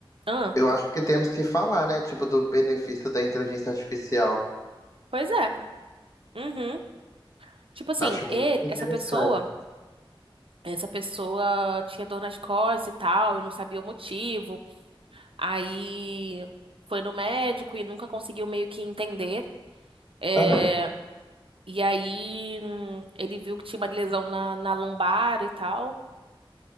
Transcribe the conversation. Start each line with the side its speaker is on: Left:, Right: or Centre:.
Right: Ah,
Left: eu acho que temos que falar, né? Tipo, do benefício da inteligência artificial.
Right: pois é. Uhum. Tipo assim,
Left: Acho
Right: ele,
Left: muito interessante.
Right: essa pessoa... Essa pessoa tinha dor nas costas e tal, e não sabia o motivo. Aí foi no médico e nunca conseguiu meio que entender. É,
Left: Aham.
Right: e aí hum, ele viu que tinha uma lesão na, na lombar e tal.